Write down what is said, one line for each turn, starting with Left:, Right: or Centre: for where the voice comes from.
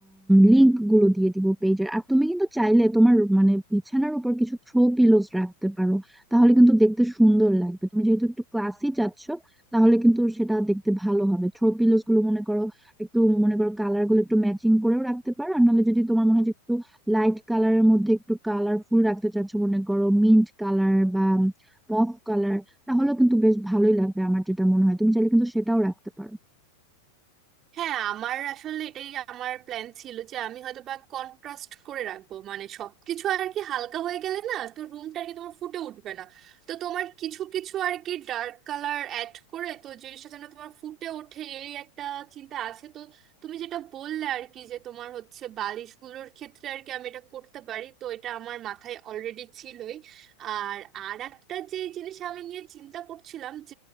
Centre: লিংক গুলো দিয়ে দিব পেজের আর তুমি কিন্তু চাইলে তোমার মানে বিছানার উপর কিছু থ্রো পিলোস রাখতে পারো তাহলে কিন্তু দেখতে সুন্দর লাগবে তুমি যেহেতু একটু ক্লাসি চাচ্ছ তাহলে কিন্তু সেটা দেখতে ভালো হবে থ্রো পিলোস গুলো মনে করো একটু মনে করো কালার গুলো একটু ম্যাচিং করেও রাখতে পারো আর নাহলে যদি তোমার মনে হয় যে একটু লাইট কালারের মধ্যে একটু কালারফুল রাখতে চাচ্ছ মনে করো মিন্ট কালার বা মফ কালার তাহলেও কিন্তু বেশ ভালোই লাগবে আমার যেটা মনে হয় তুমি চাইলে কিন্তু সেটাও রাখতে পারো
Right: হ্যাঁ আমার আসলে এটাই আমার প্ল্যান ছিল যে আমি হয়তো বা কন্ট্রাস্ট করে রাখবো মানে সবকিছু আর কি হালকা হয়ে গেলে না তো রুমটা আর কি তোমার ফুটে উঠবে না তো তোমার কিছু কিছু আর কি ডার্ক কালার অ্যাড করে তো জিনিসটা যেন তোমার ফুটে ওঠে এই একটা চিন্তা আছে তো তুমি যেটা বললে আর কি যে তোমার হচ্ছে বালিশগুলোর ক্ষেত্রে আর কি আমি এটা করতে পারি তো এটা আমার মাথায় অলরেডি ছিলই আর আর একটা যে জিনিস আমি নিয়ে চিন্তা করছিলাম